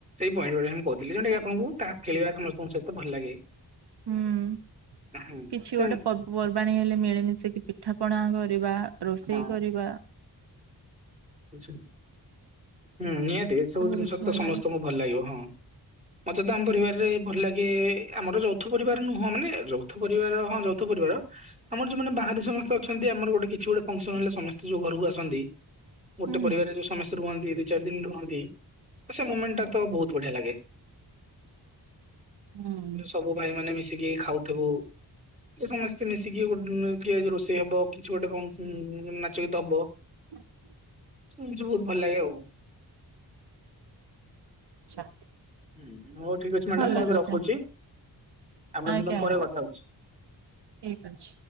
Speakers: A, on the right; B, on the right.
A: ପଏଣ୍ଟ୍ ଗୁଡାକ କହୁଥିଲି ଯେଉଟାକି ଆପଣଙ୍କୁ ତାସ୍ ଖେଳିବାକୁ ଲୋକଙ୍କ ସହିତ ଭଲ ଲାଗେ।
B: ହୁଁ
A: ହୁଁ
B: କିଛି
A: ସେମ୍
B: ଗୋଟେ ପର୍ବପର୍ବାଣୀ ହେଲେ ମିଳେ। ମିଶିକି ପିଠା ପଣା କରିବା, ରୋଷେଇ
A: ହଁ
B: କରିବା।
A: ଆଚ୍ଛା। ହୁଁ ନିହାତି ଏ ସବୁ ଜିନିଷ
B: କିଛି ଭଲ
A: ତ ସମସ୍ତଙ୍କୁ
B: ଲାଗେ
A: ଭଲ ଲାଗିବ ହଁ ମତେ ତ ଆମ ପରିବାରରେ ଭଲ ଲାଗେ ଆମର ଯୌଥ ପରିବାର ନୁହଁ ମାନେ ଯୌଥ ପରିବାର ହଁ ଯୌଥ ପରିବାର ଆମର ଯୋଉମାନେ ବାହାରେ ସମସ୍ତେ ଅଛନ୍ତି ଆମର ଗୋଟେ କିଛି ଗୋଟେ ଫଙ୍କ୍ସନ୍ ହେଲେ ସମସ୍ତେ ଯୋଉ ଘରକୁ ଆସନ୍ତି, ଗୋଟେ
B: ହୁଁ।
A: ପରିବାରରେ ଯୋଉ ସମସ୍ତେ ରୁହନ୍ତି। ଦୁଇ ଚାରି ଦିନ ରୁହନ୍ତି ସେ ମୋମେଣ୍ଟ୍ ଟା ତ ବହୁତ ବଢିଆ ଲାଗେ।
B: ହୁଁ
A: ସବୁ ଭାଇ ମାନେ ମିଶିକି ଖାଉଥିବୁ। ସମସ୍ତେ ମିଶିକି ଗୋଟେ କିଏ ରୋଷେଇ ହବ କିଛି ଗୋଟେ ନାଚ ଗୀତ ହବ।
B: <inaudible>
A: ଶୁଣିଛୁ ବହୁତ ଭଲ ଲାଗେ ଆଉ
B: ଆଛା।
A: ହୁଁ ହଉ ଠିକ୍ ଅଛି ମ୍ୟାଡାାମ
B: ଭଲ
A: ମୁଁ ଏବେ
B: କଥା
A: ରଖୁଚି। ଆପଣ
B: ଆଜ୍ଞା
A: ସହିତ ମୁଁ
B: ଆଜ୍ଞା
A: ପରେ କଥା ହଉଛି।
B: ଠିକ ଅଛି।